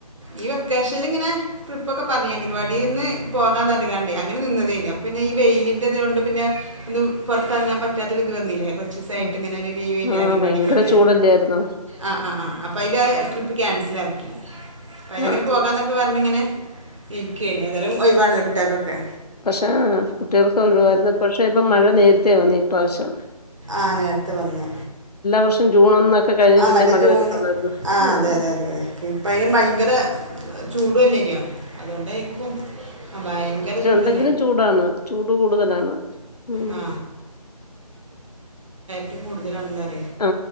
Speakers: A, on the right (about 50°); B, on the left (about 75°).
A: ഈ വെക്കേഷനിൽ ഇങ്ങനെ ട്രിപ്പ ഒക്കെ പറഞ്ഞ അങ്ങവാടി നിന്ന് പോകാൻറിയാണ്ടേ അങ്ങനെ നിന്നതേ പിന്നെ ഈ വെയിലിറതൊണ്ട് പിന്നെ ഒന്ന് പുറത്തന്നാറ്റ അ ഇന്ത് വന്നില്ലേ കുറച്ച ദിവസയിട്ട്
B: ആഹ്
A: ഇങ്ങനെ ഒരു ലീവ് ചെയ്യുന്നില്ല അംഗനവാടിക്കൊക്കെ
B: ഭയങ്കര ചൂടല്ലായിരുന്നോ?
A: ആ ആ ആ അതിന്റെ ട്രിപ്പ്ക്കാണ് മനസ്സിലാക്കി പത അങ്ങനെ
B: ആഹ്
A: പോകാന്നൊക്കെ പറഞ്ഞ ഇങ്ങനെ ഇക്കേന അതായാലും ഒഴിവാണല്ലേ പിട്ടാക്കൊക്കെ
B: പക്ഷെ കുട്ടികൾക്കെ ഒഴവായിരുന്നു പക്ഷെ ഇപ്പൊ മഴ നേരി തേവന്നു ഈപ്രാവശ്യം
A: ആ നേരത്തെ വന്ന്
B: വർഷം ജൂൺ ഒന്നൊക്കെ കഴിഞ്ഞിട്ടല്ലേ
A: ആ മറ്റേ
B: മഴ
A: ജൂൺആ
B: വരത്തുള്ളായിരുന്നു. ആഹ്
A: അതെ അതെ അതെ ഇപ്പ യും ഭയങ്കര ചൂടുല്ലേന്യോ അതോണ്ടേക്കും ഭയങ്കര ചൂട്
B: ഭയങ്കര ചൂടാണ് ചൂട് കൂടുതലാണ് ഉം
A: ആ ആ കൂടുതലാ ള്എ
B: ആ